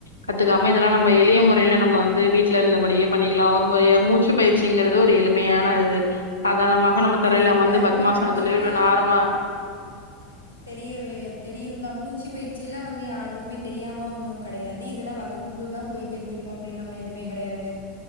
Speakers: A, on the left; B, on the right.
A: கத்துக்காம இதெல்லா நம்ம
B: ஆமா
A: எளிய
B: தோழி
A: முறையில நம்ம வந்து வீட் வீட்லருந்தபடியே பண்ணிக்கலா ஒரு மு ய மூச்சு பயிற்சிங்கறது ஒரு எளிமையான அது சாதாரணமாக
B: ஆமா
A: நம்ம தரையில
B: தோழி இது
A: அமந்து
B: எல்லாருக்குமே
A: பத்மாசனத்துலயோ
B: கண்டிப்பா
A: இல்வ நார்மா
B: தெரியவே தெரியு தா மூச்சு பயிற்சியெல்லா வந்து யாருக்குமே தெரியாம ஒன்னு கடையாது இதெல்லா வகுப் குப்புக்கு தா போய் தெரிஞ்சுக்கிணு அப்படின்னு நம்ம எதுமே கெடையாது